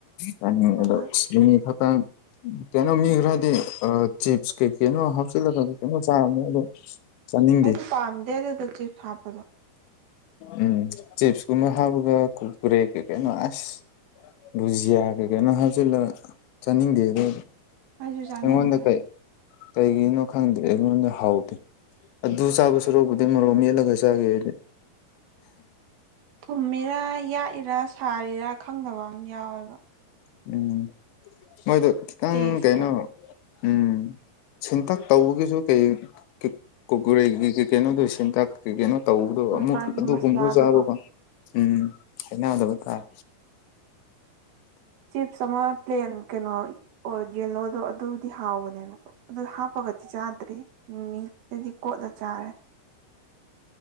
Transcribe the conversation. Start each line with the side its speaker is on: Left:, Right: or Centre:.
Left: ꯆꯥꯅꯤꯡꯉ‌ꯦ
Right: ꯍꯣꯏ
Left: ꯑꯗ‌ꯣ ꯃꯤꯃꯤ ꯈꯤꯇꯪ ꯀꯩꯅꯣ ꯃꯤ ꯈ꯭ꯔꯥꯗꯤ ꯑꯥ ꯆꯤꯞꯁ ꯀꯩ ꯀꯩꯅꯣ ꯍꯥꯞꯆꯤꯜꯂꯒ ꯀꯩꯅꯣ ꯆꯥꯕꯅꯤ ꯑꯗꯣ ꯆꯥꯅꯤꯡꯗꯦ
Right: ꯑꯩꯗꯤ ꯄꯥꯝꯗꯦ ꯑꯗꯨꯗ‌ꯣ ꯆꯤꯞꯁ ꯍꯥꯞꯄꯗꯣ
Left: ꯎꯝ ꯆꯤꯞꯁ ꯀꯨꯝꯕꯥ ꯍꯥꯞꯄꯒ ꯀꯨꯀꯨꯔꯦ ꯀꯩ ꯀꯩꯅꯣ ꯑꯁ ꯕꯨꯖꯤꯌꯥ ꯀꯩ ꯀꯩꯅꯣ ꯍꯥꯞꯆꯤꯜꯂꯒꯥ ꯆꯥꯅꯤꯡꯗꯦ ꯑꯗꯨ
Right: ꯑꯩꯁꯨ ꯆꯥꯅꯤꯡꯗꯦ
Left: ꯑꯩꯉꯣꯟꯗꯥ ꯀꯩ ꯀꯩꯒꯤꯅꯣ ꯈꯪꯗꯦ ꯑꯩꯉꯣꯟꯗ ꯍꯥꯎꯇ‌ꯦ ꯑꯗꯨ ꯆꯥꯕ ꯁꯔꯨꯛꯄꯨꯗꯤ ꯃꯔꯣꯛ ꯃꯦꯠꯂꯒ ꯆꯥꯒꯦ ꯑꯩꯗꯤ
Right: ꯊꯨꯝꯃꯤꯔꯥ ꯌꯥꯛꯏꯔꯥ ꯁꯥꯔꯤꯔꯥ ꯈꯪꯗꯕ ꯑꯃ ꯌꯥꯎꯋꯦꯕ
Left: ꯎꯝ ꯃꯣꯏꯗꯣ ꯈꯤꯇꯪ
Right: ꯇꯦꯁꯇꯣ
Left: ꯀꯩꯅꯣ ꯎꯝ ꯁꯤꯟꯇꯛ ꯇꯧꯕꯒꯤꯁꯨ ꯀꯩ ꯀꯨ ꯀꯨꯀꯨꯔꯦꯒꯤꯗꯤ ꯀꯩꯅꯣꯗꯣ ꯁꯤꯟꯇꯥꯛ ꯀꯩ ꯀꯩꯅꯣ ꯇꯧꯕꯗꯣ
Right: ꯍꯣꯏ
Left: ꯑꯃꯨꯛ
Right: ꯃꯥꯒꯤ
Left: ꯑꯗꯨꯒꯨꯝꯕꯗꯨ
Right: ꯃꯁꯂꯥꯗꯣꯀꯣ
Left: ꯆꯥꯕꯀꯣ ꯎꯝ ꯍꯩꯅꯗꯕꯥ ꯇꯥꯏ
Right: ꯆꯤꯞꯁ ꯑꯃ ꯄ꯭ꯂ‌ꯦꯟ ꯀꯩꯅꯣ ꯑꯣꯏ ꯌꯦꯂꯣꯗꯣ ꯑꯗꯨꯗꯤ ꯍꯥꯎꯕꯅꯦꯕꯀꯣ ꯑꯗꯨ ꯍꯥꯞ ꯄꯒꯗꯤ ꯆꯥꯗ꯭ꯔꯤ ꯃꯤꯃꯤꯒꯗꯤ ꯀꯣꯠꯂ ꯆꯥꯔꯦ